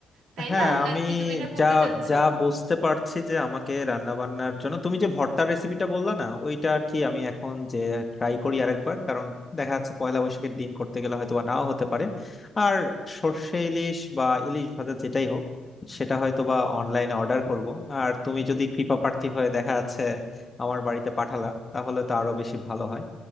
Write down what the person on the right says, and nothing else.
তাই
না
নাকি তুমি এটা করতে
চাচ্ছো